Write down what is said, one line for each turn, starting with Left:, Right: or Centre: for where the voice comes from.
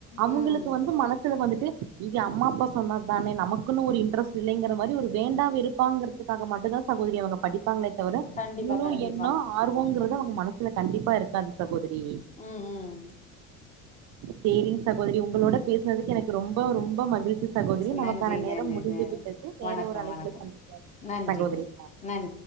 Right: அவுங்களுக்கு
Left: ம்
Right: வந்து மனசுல வந்துட்டு இது அம்மா அப்பா சொன்னா தானே நமக்குன்னு ஒரு இன்ட்ரெஸ்ட் இல்லங்கிற மாரி ஒரு வேண்டா வெருப்பாங்கிறதுக்காக மட்டுந்தா சகோதரி அவுங்க படிப்பாங்களே தவிர
Left: கண்டிப்பா
Right: முழு
Left: கண்டிப்பா
Right: எண்ணோ ஆர்வங்கறது அவுங்க மனசுல கண்டிப்பா இருக்காது சகோதரி
Left: ம் ம்
Right: சேரிங் சகோதரி உங்களோட
Left: ம்
Right: பேசுனதுக்கு எனக்கு ரொம்ப ரொம்ப மகிழ்ச்சி சகோதரி நமக்கான
Left: நன்றி
Right: நேர
Left: நன்றி
Right: முடிந்து விட்டது வேற
Left: வணக்கம்
Right: ஒரு அழைப்புல
Left: வணக்கம்
Right: சந்திக்கலா
Left: நன்றிங்க
Right: சகோதரி
Left: நன்றி